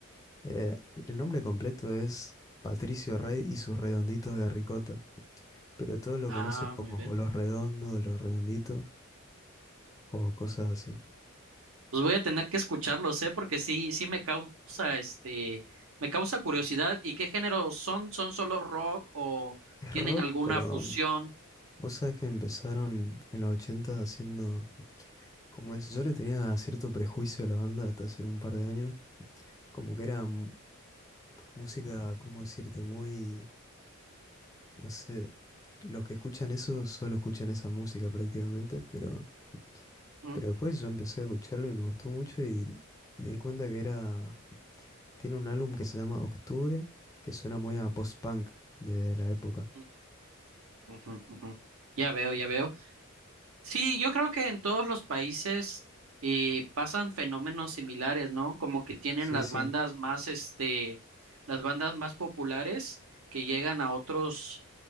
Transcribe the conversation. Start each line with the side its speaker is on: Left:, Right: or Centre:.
Left: Eh, el nombre completo es Patricio Rey y sus redonditos de ricota, pero todos lo
Right: Ah,
Left: conocen como
Right: muy bien.
Left: o los redondos, o los redonditos o cosas así.
Right: Pues voy a tener que escucharlos, ¿eh? Porque sí, sí me causa, este, me causa curiosidad. ¿Y qué género son? ¿Son solo rock o
Left: Es
Right: tienen
Left: rock,
Right: alguna
Left: pero
Right: fusión?
Left: mm, vos sabés que empezaron en los 80 haciendo, como es, yo le tenía cierto prejuicio a la banda hasta hace un par de años, como que era mu- música, ¿cómo decirte? Muy, no sé, los que escuchan eso solo escuchan esa música prácticamente, pero...
Right: Mm,
Left: Pero después yo empecé a escucharlo y me gustó mucho y me di cuenta que era... Tiene un álbum que se llama Octubre, que suena muy a post-punk de la época.
Right: mm, ujú, ujú. Ya veo, ya veo. Sí, yo creo que en todos los países eh, pasan fenómenos similares, ¿no? Como que tienen
Left: Sí,
Right: las
Left: sí,
Right: bandas más, este, las bandas más populares que llegan a otros